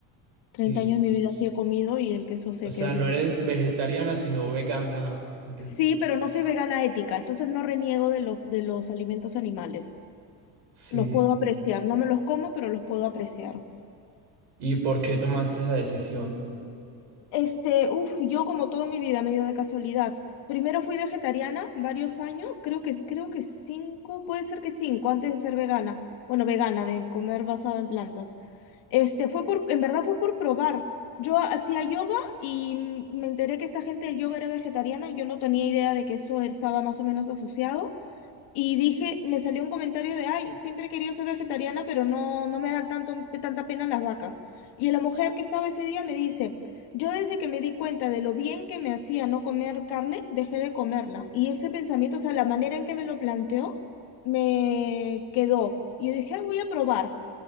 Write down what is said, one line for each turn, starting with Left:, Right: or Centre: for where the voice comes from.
Left: 30
Right: sí,
Left: años de mi vida
Right: s-
Left: sí he comido y el queso sé
Right: o sea,
Left: que es
Right: no
Left: riquísimo.
Right: eres vegetariana, sino vegana del...
Left: Sí, pero no soy vegana ética, entonces no reniego de los, de los alimentos animales.
Right: Sí.
Left: Los puedo apreciar, no me los como, pero los puedo apreciar.
Right: ¿Y por qué tomaste esa decisión?
Left: Este, uff, yo como toda mi vida, medio de casualidad. Primero fui vegetariana varios años, creo que, creo que cinco, puede ser que cinco, antes de ser vegana. Bueno, vegana, de comer basado en plantas. Este, fue por, en verdad fue por probar. Yo hacía yoga y mm, me enteré que esta gente del yoga era vegetariana y yo no tenía idea de que eso estaba más o menos asociado. Y dije, me salió un comentario de, ay, siempre he querido ser vegetariana, pero no, no me dan tanto, tanta pena las vacas. Y la mujer que estaba ese día me dice, yo desde que me di cuenta de lo bien que me hacía no comer carne, dejé de comerla. Y ese pensamiento, o sea, la manera en que me lo planteó, me quedó. Y yo dije, "Ah, voy a probar.